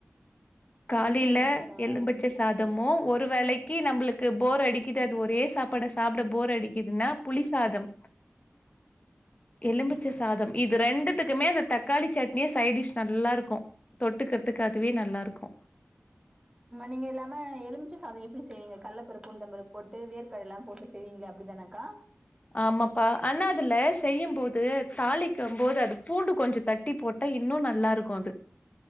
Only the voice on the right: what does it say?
சரிங்கக்கா
ம்
மா நீங்க இல்லாம எலுமிச்ச சாதம் எப்புடி செய்வீங்க கல்லபருப்பு உளுந்தம் பருப் போட்டு வேர்கடலா போட்டு செய்வீங்களே அப்டிதானக்கா